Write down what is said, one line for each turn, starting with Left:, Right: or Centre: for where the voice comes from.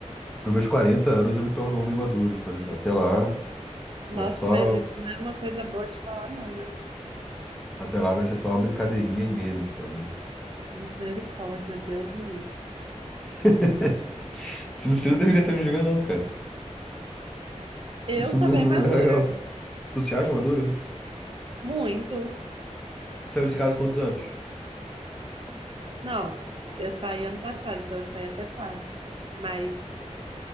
Centre: pros meus 40 anos eu me torno um homem maduro, sabe? Até lá
Right: Nossa,
Centre: vai ser só,
Right: mas isso não é uma coisa boa de falar, não, viu?
Centre: até lá vai ser só brincadeirinha e meme, sabe?
Right: Misericórdia, Deus me livre.
Centre: <laughs> Você não, você não deveria estar me julgando, não, cara.
Right: Eu
Centre: Isso
Right: sou
Centre: não,
Right: bem
Centre: não
Right: madura,
Centre: é legal. Tu se acha maduro?
Right: muito.
Centre: Saiu de casa há quantos anos?
Right: Não, eu saí ano passado, então eu saí até tarde. Mas